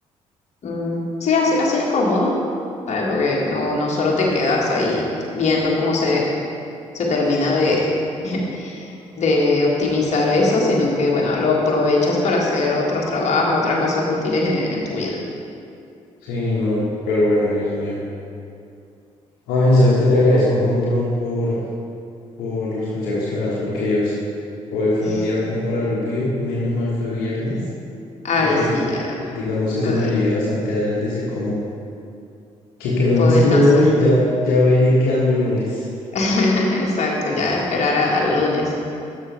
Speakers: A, on the left; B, on the left.
A: Mm, sí, así, así es cómodo, ¿sabes? Porque no, no solo te quedas ahí viendo cómo se, se termina de, <laughs> de optimizar eso, sino que, bueno, lo aprovechas para hacer otros trabajos, otras cosas útiles en, en tu vida.
B: Sí, no, pero bueno, Dios mío. Ay, sabes que te agradezco un montón por, por los consejos que me das, porque ellos, hoy fue
A: <laughs>
B: un día como para el olvido, menos mal fue viernes,
A: Ay,
B: porque
A: sí, ya,
B: eh, digamos eso
A: a ver,
B: me alivia bastante al al decir como que, que no
A: puedo
B: me escriba
A: descansar.
B: hoy, ya, ya veré qué hago lunes.
A: <laughs> Exacto, ya esperar a- al lunes.